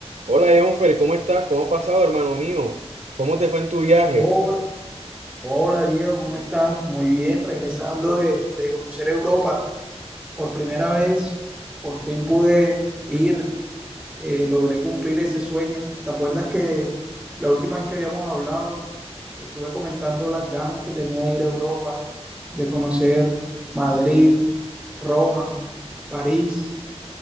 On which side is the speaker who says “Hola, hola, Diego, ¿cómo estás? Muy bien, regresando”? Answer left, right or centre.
Centre